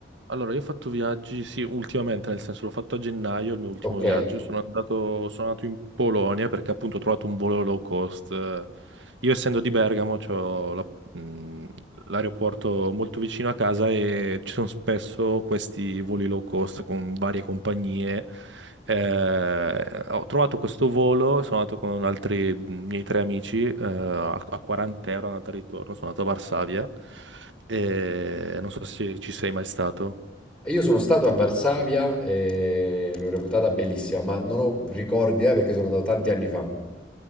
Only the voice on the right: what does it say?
Allora, io ho fatto viaggi, sì, ultimamente, nel senso l'ho fatto a gennaio, il mio ultimo
viaggio. Sono andato, sono andato in Polonia perché appunto ho trovato un volo low cost. Eh, Io essendo di Bergamo, c'ho la- mh, l'aeroporto molto vicino a casa e ci sono spesso questi voli low cost con varie compagnie. Eh, ho trovato questo volo, sono andato con altri miei tre amici, eh, a, a 40 euro andata e ritorno, sono andato a Varsavia. E non so se ci sei mai stato.